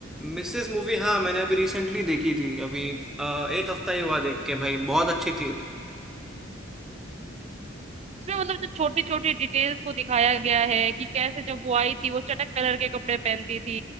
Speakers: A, in the centre; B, on the right.
A: मिसेस मूवी हाँ मैंने अभी रिसेंटली देखी थी अभी अ, एक हफ्ता ही हुआ देख के भाई बहुत अच्छी थी
B: इसमें मतलब जो छोटी छोटी डिटेल्स को दिखाया गया है कि कैसे जब वो आई थी वो चटक कलर के कपड़े पहनती थी